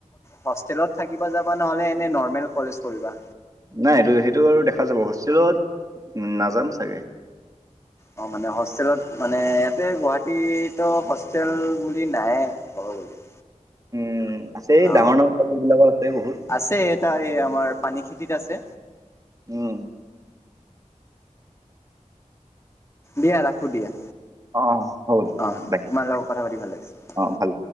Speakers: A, on the left (about 20°); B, on the right (about 25°).
A: হষ্টেলত থাকিব যাবা নে এনেই নৰ্মেল কলেজ পঢ়িবা?
B: নাই এইটো সেইটো আৰু দেখা যাব, হোষ্টেলত উ নাযাম চাগে।
A: অ মানে হোষ্টেলত মানে ইয়াতে গুৱাহাটীতো হোষ্টেল বুলি নাই। <unintelligible>
B: উম আছে
A: অ
B: ডাঙৰ ডাঙৰ কলেজ বিলাকত আছে বহুত
A: আছে এটা এই আমাৰ পানী খেতিত আছে।
B: উম।
A: দিয়া ৰাখো দিয়া।
B: অ হ'ল
A: অহ
B: বাই
A: তোমাৰ লগত কথা পাতি ভাল লাগিছে।
B: অ ভাল